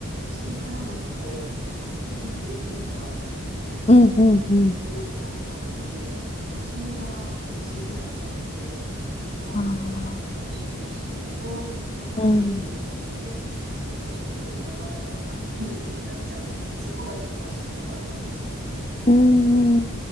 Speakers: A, on the right (about 50°); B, on the left (about 30°).
A: それからなんかこう、あ、意見って言っていいんだと思って、
B: うんうんうん。
A: 言うようになったので、なんかそれが普通になっちゃって、日本人の方と仕事すると、
B: あ
A: なんかはっきり言いすぎて、
B: うん、
A: なんかちょっと嫌がられたかなって気になっちゃったので、そこがちょっとしんどかったんですよね。
B: うーん、